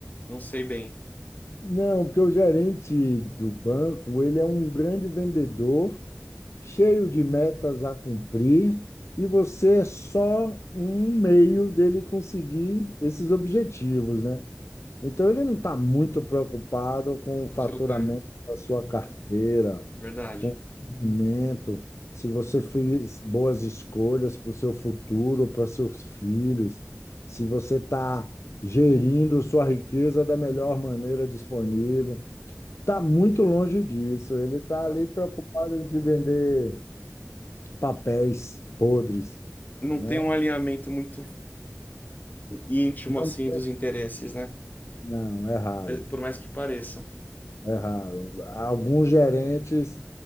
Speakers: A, on the left; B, on the left.
A: não sei bem
B: Não, porque o gerente do banco, ele é um grande vendedor, cheio de metas a cumprir, e você é só um meio dele conseguir esses objetivos, né? Então, ele não está muito preocupado com
A: o
B: o faturamento
A: seu ganho.
B: da sua carteira,
A: Verdade.
B: com o rendimento, se você fez boas escolhas para o seu futuro, para seus filhos, se você está gerindo sua riqueza da melhor maneira disponível. Está muito longe disso. Ele está
A: É.
B: ali preocupado em te vender papéis podres,
A: Não
B: né?
A: tem um alinhamento muito íntimo
B: Não,
A: assim dos interesses, né?
B: não, é raro,
A: É, Por mais que pareça,
B: é raro. Alguns gerentes